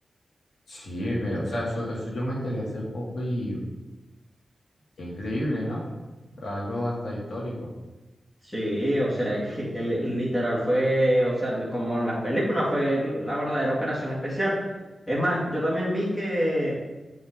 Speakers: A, on the left (about 80°); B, on the left (about 20°).
A: Sí, ve, o sea, eso, eso yo me enteré hace poco y Qué increíble, ¿no? Algo hasta histórico.
B: Sí, o sea, <laughs> que, que li- literal fue, o sea, como en las películas, fue la verdadera operación especial. Es más, yo también vi que